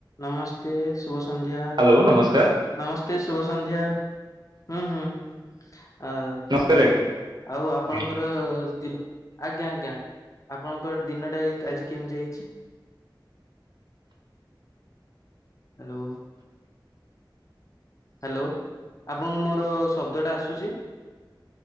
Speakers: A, on the left; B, on the right.
A: ନମସ୍ତେ ଶୁଭ ସନ୍ଧ୍ୟା।
B: ହ୍ୟାଲୋ ନମସ୍କାର
A: ନମସ୍ତେ ଶୁଭ ସନ୍ଧ୍ୟା ହୁଁ ହୁଁ ଆ
B: ନମସ୍କାର
A: ଆଉ ଆପଣଙ୍କର
B: ଆଜ୍ଞା
A: ତିନ୍ ଆଜ୍ଞା ଆଜ୍ଞା। ଆପଣଙ୍କର ଦିନଟା ଆଜି କେମିତି ହୋଇଛି? ହ୍ୟାଲୋ। ହ୍ୟାଲୋ ଆପଣଙ୍କୁ ମୋର ଶବ୍ଦ ଟା ଆସୁଛି?